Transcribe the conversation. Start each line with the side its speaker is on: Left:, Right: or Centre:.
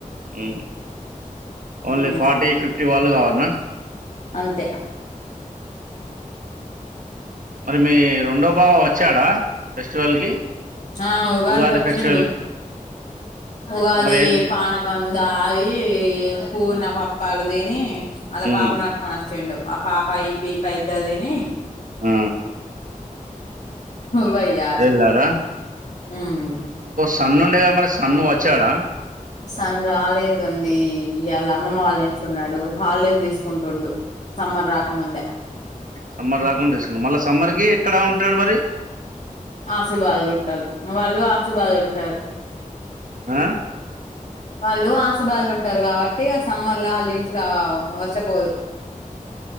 Right: హ్మ్ ఓన్లీ
Left: మ్మ్
Right: ఫార్టీ ఫిఫ్టీ వాళ్ళు కావాలన్న?
Left: అంతే.
Right: మరి మీ రెండో బావ వచ్చాడా? ఫెస్టివల్ కి.
Left: ఆ ఉగాదికిచ్చిండు.
Right: ఉగాది ఫెస్టివల్ కి
Left: ఉగాది
Right: మరి ఏం చే-
Left: పానకం దాగి, ఏ హత్ పూర్ణ పప్పాలు దిని వాళ్ళ
Right: ఉమ్.
Left: పాపను పట్టుకొని వచ్చిండు. ఆ పాపయి పీపా ఇద్దరిది నీ
Right: ఆ,
Left: వై ఆర్
Right: వెళ్ళారా
Left: హ్మ్
Right: సన్ను ఉండేగా మరి సన్ను వచ్చాడా
Left: సన్ రాలేదుండి. ఈ యాళ్ళ అమ్మమ్మ వాళ్ళ ఇంట్ల ఉన్నాడు హాలిడేస్ తీసుకుంటుండు సమ్మర్ రాకముందే
Right: సమ్మర్ రాకుండా తీసుకున్ మళ్ళా సమ్మర్ కి ఎక్కడ ఉంటాడు మరి
Left: ఆశీ బాదుల ఉంటాళ్ళు వాళ్ళు ఆశీ బాదుల ఉంటారు
Right: ఆ
Left: వాళ్ళు ఆసి బాదుల ఉంటారు కాబట్టి ఇగ సమ్మర్లా వాళ్ళ ఇంట్ల వచపోద్